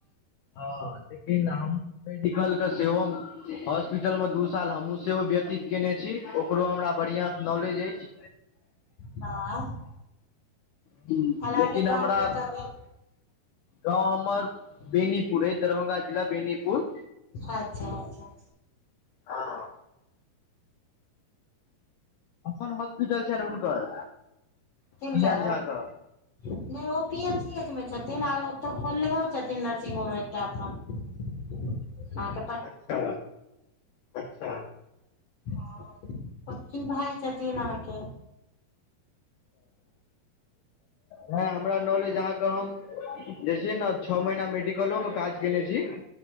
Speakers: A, on the left; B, on the left.
A: हँ लेकिन हम मेडिकल के सेहो हॉस्पिटलमे दू साल हमहूँ सेहो व्यतीत कयने छी ओकरो हमरा बढ़िआँ नॉलेज अछि।
B: वाह आओर
A: <inaudible>
B: अहाँके
A: लेकिन
B: गाँव
A: हमरा
B: कतऽ भेल
A: गाँव हमर बेनीपुर अछि, दरभंगा जिला बेनीपुर
B: अच्छा अच्छा।
A: हँ। अपन हॉस्पिटल छनि हुनकर।
B: किनकर।
A: पियान झा के
B: नहि ओ पी एच सी एच मे छथिन आरो ओतऽ खोलनेहो छथिन नर्सिंग होम एकटा अपन।
A: हच <inaudible>
B: अहां के
A: अच्छा अच्छा।
B: हं, ओ चुनाव छथिन अहाँके।
A: हं हमरा नॉलेज अहाँके हम जे छै ने छओ महीना मेडिकलोमे काज केयने छी।